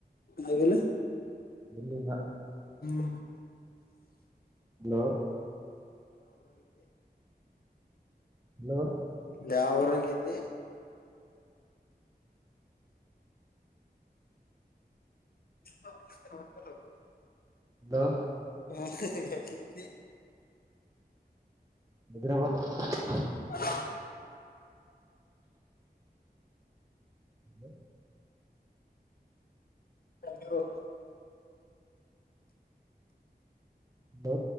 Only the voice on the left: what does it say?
ಆಗಲ್ಲ
ಹ್ಮ
ಯಾವೂರಾಗಿದ್ದೀ ಹ ಮಾಡತ <unintelligible> <inaudible>
<inaudible>
<inaudible>
ಅರು